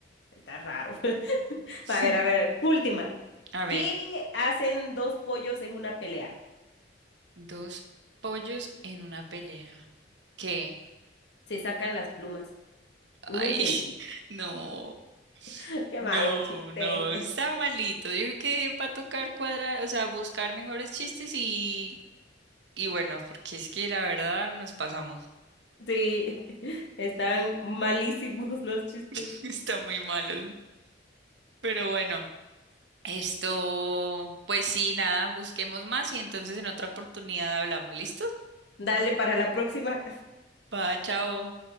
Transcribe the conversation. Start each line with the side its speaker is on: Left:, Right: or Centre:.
Left: Está raro. <laughs>
Right: <laughs>
Left: A ver, a ver. Última.
Right: A ver,
Left: ¿Qué hacen dos pollos en una pelea?
Right: dos pollos en una pelea. ¿Qué?
Left: Se sacan las plumas. No
Right: Ay,
Left: entendí.
Right: <laughs> no,
Left: <laughs> Qué
Right: no,
Left: malos chistes.
Right: no, está malito. Yo creo que va a tocar cuadrar, o sea, buscar mejores chistes y, y bueno, porque es que la verdad nos pasamos.
Left: Sí, <laughs> están malísimos los chistes.
Right: <laughs> Está muy malo. Pero bueno. Esto, pues sí, nada, busquemos más y entonces en otra oportunidad hablamos. ¿Listo?
Left: Dale para la próxima.
Right: Va, chao.